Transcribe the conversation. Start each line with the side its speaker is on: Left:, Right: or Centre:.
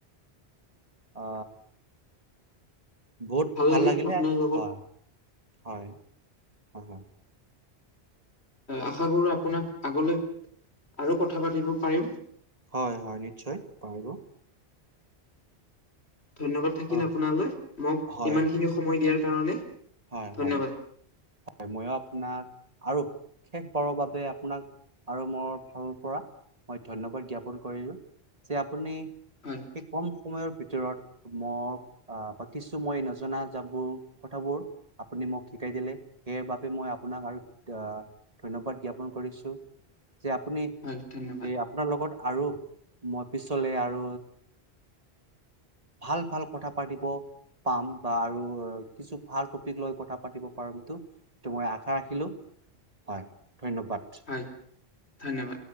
Right: আ। বহুত ভাল
Left: লাগিল
Right: লাগিলে,
Left: আপোনাৰ লগত
Right: হয়, হয়, হয়, হয়।
Left: আশা কৰো আপোনাক আগলৈ আৰু কথা পাতিব পাৰিম।
Right: হয়, হয়, নিশ্চয় পাৰিব।
Left: ধন্যবাদ থাকিল
Right: অ',
Left: আপোনালৈ, মোক
Right: হয়,
Left: ইমান খিনি সময় দিয়াৰ কাৰণে।
Right: হয়,
Left: ধন্যবাদ
Right: হয়, হয়। মইও আপোনাক আৰু শেষ ক'ৰবাতে আপোনাক আৰু মোৰ ফালৰ পৰা মই ধন্যবাদ জ্ঞাপন কৰিলো। যে আপুনি
Left: হয়
Right: সেই কম সময়ৰ ভিতৰত ভিতৰত মোক আহ বা কিছু মই নজনা যাবোৰ কথাবোৰ আপুনি মোক শিকাই দিলে। সেই বাবে মই আপোনাক আৰু ধন্যবাদ জ্ঞাপন কৰিছো। যে আপুনি
Left: হয় ধন্যবাদ
Right: এই আপোনাৰ লগত আৰু মই পিছলৈ আৰু ভাল, ভাল কথা পাতিব পাম বা আৰু কিছু ভাল লৈ কথা পাতিব পাৰমটো, মই আশা ৰাখিলোঁ, হয়। ধন্যবাদ।
Left: হয় ধন্যবাদ